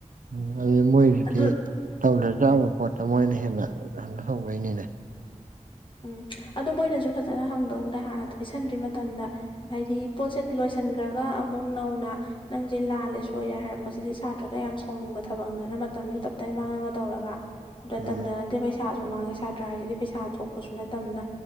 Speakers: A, on the right; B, on the left.
A: ꯎꯝ ꯑꯗꯨꯗꯤ ꯃꯣꯏꯗꯨꯗꯤ
B: ꯑꯗꯨ
A: ꯇꯧꯗ꯭ꯔꯁꯨ ꯌꯥꯕ ꯄꯣꯠꯇꯣ ꯃꯣꯏꯅ ꯍꯦꯟꯅ ꯇꯧꯕꯩꯅꯤꯅꯦ
B: ꯎꯝ ꯑꯗꯣ ꯃꯣꯏꯅꯁꯨ ꯐꯖꯅ ꯍꯪꯗꯧꯅꯤꯗ ꯍꯥꯟꯅ ꯄꯤꯁꯟꯗ꯭ꯔꯤ ꯃꯇꯝꯗ ꯍꯥꯏꯗꯤ ꯄꯣꯠꯁꯦ ꯂꯣꯏꯁꯟꯈ꯭ꯔꯒ ꯑꯃꯨꯛ ꯅꯧꯅ ꯅꯪꯁꯦ ꯂꯥꯜꯂꯦ ꯁꯣꯏꯔꯦ ꯍꯥꯏꯔꯛꯄꯁꯤꯗꯤ ꯁꯥꯇ꯭ꯔꯗ ꯌꯥꯝ ꯁꯥꯎꯅꯤꯡꯕ ꯊꯕꯛꯅꯤꯅ ꯃꯇꯝꯁꯨ ꯇꯞꯇꯥꯏ ꯃꯥꯡꯉꯒ ꯇꯧꯔꯒ ꯃꯇꯝꯗ
A: ꯎꯝ
B: ꯅꯠꯇꯦ ꯄꯩꯁꯥꯁꯨ ꯃꯥꯡꯉꯦ ꯁꯥꯇ꯭ꯔ ꯍꯥꯏꯁꯤꯗꯤ ꯄꯩꯁꯥ ꯊꯣꯛꯄꯁꯨ ꯅꯠꯇꯝꯅꯤꯅ